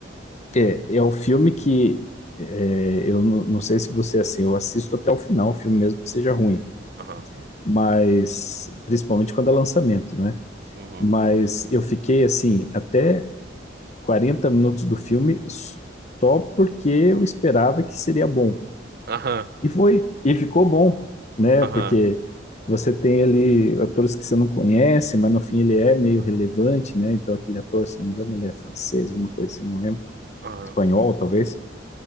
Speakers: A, on the left; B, on the right.
A: É, é o filme que é, eu não, não sei se você é assim, eu assisto até o final, o filme mesmo que seja ruim,
B: Aham.
A: mas principalmente quando é lançamento, né?
B: Uhum.
A: Mas eu fiquei assim, até 40 minutos do filme só porque eu esperava que seria bom.
B: Aham.
A: E foi, e ficou bom, né?
B: Aham.
A: Porque você tem ali atores que você não conhece, mas no fim ele é meio relevante, né? Então aquele ator, se não me engano, ele é francês, alguma coisa assim, não lembro.
B: Aham.
A: Espanhol, talvez,